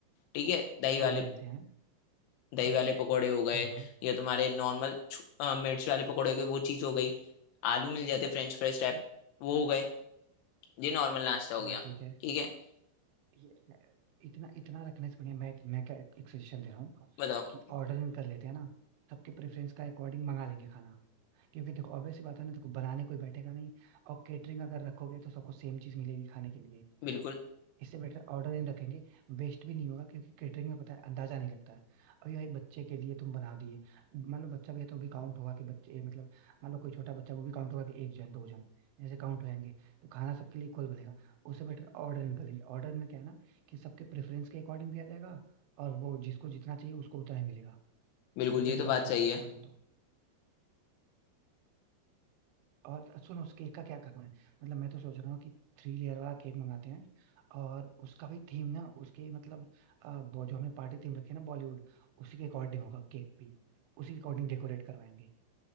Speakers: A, on the left; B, on the right.
A: ठीक है दही
B: हाँ
A: वाले
B: हाँ मिलते हैं
A: दही वाले पकौड़े हो गए
B: हाँ हाँ
A: या तुम्हारे नॉर्मल मिर्च वाले पकौड़े हो गए वो चीज़ हो गई आलू मिल जाते फ्रेंच फ्राइज टाइप वो हो गए ये नॉर्मल नाश्ता हो
B: हाँ
A: गया
B: ठीक है
A: ठीक है
B: ये इतना इतना रखने से बढ़िया मैं मैं क्या एक सजेशन दे रहा हूँ
A: बताओ
B: कि ऑर्डर कर लेते हैं ना सबके प्रेफरेंस का अकॉर्डिंग मंगा लेंगे खाना क्योंकि देखो ऑब्वियस सी बात है ना देखो बनाने कोई बैठेगा नहीं और केटरिंग अगर रखोगे तो सबको सेम चीज़ मिलेगी खाने के लिए
A: बिल्कुल
B: इससे बेटर ऑर्डर इन रखेंगे वेस्ट भी नहीं होगा क्योंकि केटरिंग में पता है अंदाजा नहीं लगता है अभी भाई बच्चे के लिए तुम बना दिए मान लो बच्चा भी है तो भी काउंट होगा कि बच्चे मतलब मान लो कोई छोटा बच्चा वो भी काउंट होगा कि एक जन दो जन ऐसे काउंट हो जाएंगे तो खाना सबके लिए इक्वल बनेगा उससे बेटर ऑर्डर निकलेंगे ऑर्डर में क्या है ना कि सबके प्रेफरेंस के अकॉर्डिंग भी आ जाएगा और वो जिसको जितना चाहिए उसको उतना ही मिलेगा
A: बिल्कुल
B: ये
A: ये
B: बेस्ट
A: तो बात
B: ऑप्शन
A: सही
B: है मेरे
A: है
B: अकॉर्डिंग तो और सुनो उस केक का क्या करना है मतलब मैं तो सोच रहा हूँ कि थ्री लेयर वाला केक मंगाते हैं और उसका भी थीम ना उसके मतलब अ, ब- जो हमने पार्टी थीम रखी है ना बॉलीवुड उसी के अकॉर्डिंग होगा केक भी उसी के अकॉर्डिंग डेकोरेट करवाएंगे